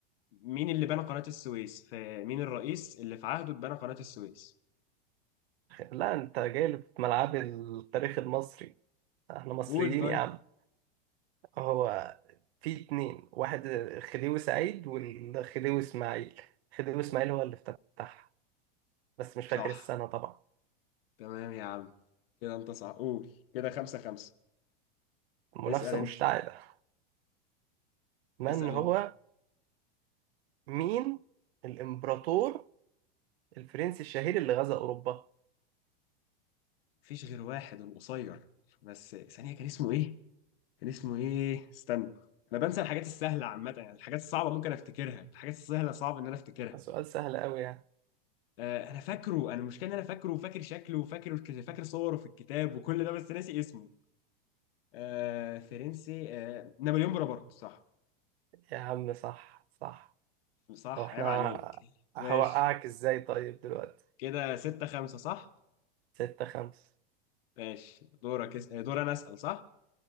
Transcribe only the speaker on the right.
لا انت جاي لي في ملعب التاريخ المصري احنا مصريين
يا عم هو في اتنين واحد خديوي سعيد والخديوي اسماعيل خديوي اسماعيل هو اللي افتتحها بس مش
فاكر السنة طبعا
منافسة
مشتعلة من
هو
مين الإمبراطور الفرنسي الشهير اللي غزا أوروبا
سؤال سهل أوي يعني
يا عم صح صح
طب احنا
هوقعك ازاي طيب دلوقتي
ستة خمسة